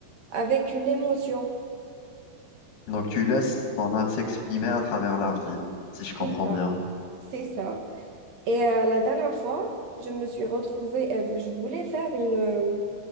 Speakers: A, on the right; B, on the left.
A: avec une émotion.
B: Donc, tu laisses ton âme s'exprimer à travers l'argile, si
A: C'est
B: je comprends
A: ça,
B: bien.
A: c'est ça. Et euh, la dernière fois, je me suis retrouvée, Eve, je voulais faire une, euh,